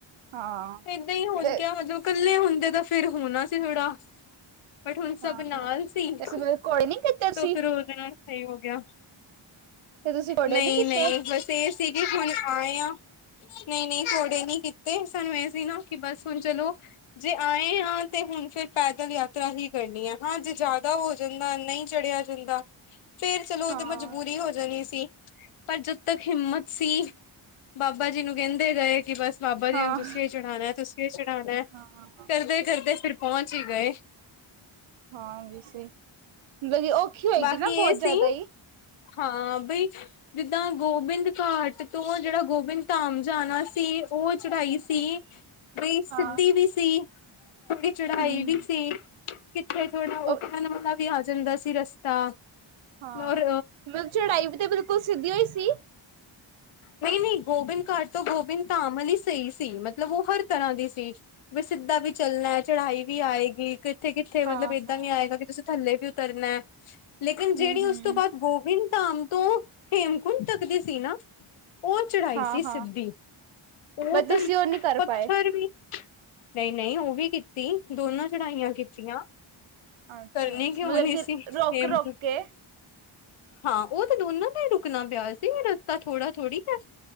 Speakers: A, on the right; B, on the left.
A: ਹਾਂ
B: ਏਦਾਂ ਹੀ ਹੋਜ
A: ਤੇ
B: ਗਿਆ ਮਤਲਬ ਕੱਲੇ ਹੁੰਦੇ ਤਾਂ ਫਿਰ ਹੋਣਾ ਸੀ ਥੋੜਾ। ਬਟ ਹੁਣ ਸਭ
A: ਹਾਂ
B: ਨਾਲ
A: ਹਾਂ
B: ਸੀ
A: ਤੇ ਅਸੀਂ
B: ਤੋ
A: ਮਤਲਬ ਘੋੜੇ ਨੀ ਕੀਤੇ ਤੁਸੀਂ
B: ਫਿਰ ਉਹ ਉਹਦੇ ਨਾਲ ਸੇਫ ਹੋ ਗਿਆ।
A: ਤੇ ਤੁਸੀਂ ਘੋੜੇ
B: ਨਹੀਂ
A: ਨੀ ਕੀਤੇ
B: ਨਹੀਂ, ਬਸ ਤੇ ਸੀਗੀ ਹੁਣ ਆਏ ਆ। ਨਹੀਂ ਨਹੀਂ, ਘੋੜੇ ਨੀ ਕੀਤੇ ਸਾਨੂੰ ਐਹ ਸੀ ਨਾ ਕਿ ਬਸ ਹੁਣ ਚਲੋ। ਜੇ ਆਏ ਹਾਂ ਤੇ ਹੁਣ ਫਿਰ ਪੈਦਲ ਯਾ ਤਰ੍ਹਾਂ ਹੀ ਕਰਨੀ ਹੈ। ਹਾਂ, ਜੇ ਜੈਦਾ ਹੋ ਜਾਂਦਾ ਨਹੀਂ ਚੜ੍ਹਿਆ ਜਾਂਦਾ ਤ ਫਿਰ ਚਲੋ
A: ਹਾਂ
B: ਓਹ ਤੇ ਮਜਬੂਰੀ ਹੋ ਜਣੀ ਸੀ ਪਰ ਜਦ ਤੱਕ ਹਿੰਮਤ ਸੀ ਬਾਬਾ ਜੀ ਨੂੰ ਕੈੰਦੇ ਗਏ ਕਿ ਬਸ ਬਾਬਾ ਜੀ
A: ਹਾਂ
B: ਨੂੰ ਤੁਸੀਂ ਇਹ ਚੜਾਉਣਾ ਤੁਸੀਂ ਇਹ ਚੜ੍ਹਾਉਣਾ
A: ਹਾਂ
B: ਕਰਦੇ ਕਰਦੇ ਫਿਰ ਪਹੁੰਚ ਹੀ ਗਏ।
A: ਹਾਂ ਵੇਸੇ ਔਖੀ ਹੋਏਗੀ
B: ਬਾਕੀ
A: ਨਾ ਬਹੁਤ
B: ਇਹ
A: ਜ਼ਿਆਦਾ
B: ਸੀ
A: ਹੀ
B: ਹਾਂ ਬਈ ਜਿੱਦਾਂ ਗੋਬਿੰਦ ਘਾਟ ਤੋਂ ਜਿਹੜਾ ਗੋਬਿੰਦ ਧਾਮ ਜਾਣਾ ਸੀ ਉਹ ਚੜਾਈ ਸੀ ਬਈ ਸਿੱਧੀ
A: ਹਾਂ
B: ਵੀ ਸੀ ਥੋੜੀ ਚੜਾਈ
A: ਹਮ
B: ਵੀ ਸੀ। ਕਿੱਥੇ ਥੋੜਾ
A: ਉਹ
B: ਉਤਰਣ ਵਾਲਾ ਵੀ ਆ ਜਾਂਦਾ ਸੀ ਰਸਤਾ
A: ਹਾਂ
B: ਔਰ
A: ਮਤਲਬ ਚੜਾਈ ਵੀ ਤੇ ਬਿਲਕੁਲ ਸਿੱਧੀ ਓਈ ਸੀ।
B: ਨਹੀਂ, ਨਹੀਂ ਗੋਬਿੰਦ ਘਾਟ ਤੋਂ ਗੋਬਿੰਦ ਧਾਮ ਵਾਲੀ ਸਹੀ ਸੀ ਮਤਲਬ ਉਹ ਹਰ ਤਰ੍ਹਾਂ ਦੀ ਵੀ ਸਿੱਧਾ ਵੀ ਚੱਲਣਾ ਹੈ ਚੜ੍ਹਾਈ ਵੀ ਆਏਗੀ ਕਿੱਥੇ, ਕਿੱਥੇ ਮਤਲਬ
A: ਹਾਂ
B: ਏਦਾਂ
A: ਹਾਂ
B: ਵੀ ਆਏਗਾ ਕਿ ਤੁਸੀਂ ਥੱਲੇ ਵੀ ਉਤਰਨਾ ਹੈ ਲੇਕਿਨ ਜਿਹੜੀ
A: ਹਮ
B: ਉਸ
A: ਹਮ
B: ਤੋਂ ਬਾਅਦ ਗੋਬਿੰਦ ਧਾਮ ਤੋਂ ਹੇਮ <unintelligible> ਤੱਕਦੀ ਸੀ ਨਾ ਉਹ ਚੜਾਈ
A: ਹਾਂ
B: ਸੀ ਸਿੱਧੀ
A: ਹਾਂ
B: ਉਹ
A: ਬਸ
B: ਤੇ
A: ਤੁਸੀਂ ਉਹ ਨਹੀਂ ਕਰ
B: ਪੱਥਰ
A: ਪਾਏ
B: ਵੀ ਨਹੀਂ, ਨਹੀਂ ਉਹ ਵੀ ਕੀਤੀ ਦੋਨਾਂ ਚੜ੍ਹਾਈਆਂ ਕੀਤੀਆਂ।
A: ਅੱਛਾ
B: ਕਰਨੀ
A: ਅੱਛਾ
B: ਕਿਔ
A: ਮਤਲਬ
B: ਨਹੀਂ
A: ਕਿ
B: ਸੀ ਹੇਮ
A: ਰੁਕ ਰੁਕ ਕੇ
B: ਹਾਂ ਉਹ ਤੇ ਦੋਨਾਂ ਦਾ ਹੀ ਰੁਕਣਾ ਪਿਆ ਸੀ ਰਸਤਾ ਥੋੜਾ ਥੋੜ੍ਹੀ ਹੈ।